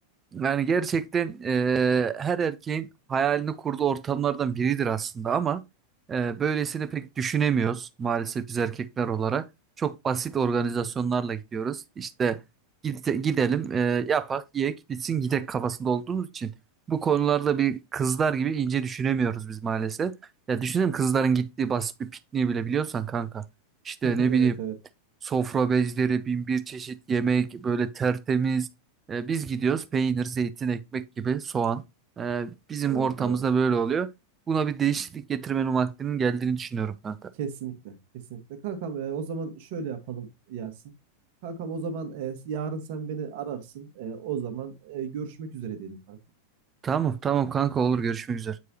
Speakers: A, on the right; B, on the right.
A: Yani gerçekten e, her erkeğin hayalini kurduğu ortamlardan biridir aslında ama e, böylesini pek düşünemiyoruz maalesef biz erkekler olarak. Çok basit organizasyonlarla gidiyoruz. İşte gide- gidelim, e, yapak, yiyek, bitsin, gidek kafasında olduğumuz için bu konularda bir kızlar gibi ince düşünemiyoruz biz maalesef. Ya düşünelim kızların gittiği basit bir pikniği bile biliyorsan kanka. İşte
B: <laughs>
A: ne
B: Evet
A: bileyim
B: evet
A: Sofra bezleri, bin bir çeşit yemek, böyle tertemiz. E, biz gidiyoruz peynir, zeytin, ekmek gibi soğan. E, bizim
B: doğru
A: ortamımızda
B: doğru.
A: böyle oluyor. Buna bir değişiklik getirmenin vaktinin geldiğini düşünüyorum kanka.
B: Kesinlikle, kesinlikle. Kankam e, o zaman şöyle yapalım Yasin. Kankam o zaman e, yarın sen beni ararsın. E, o zaman e, görüşmek üzere diyelim kankam.
A: Tamam, tamam kanka olur görüşmek üzere.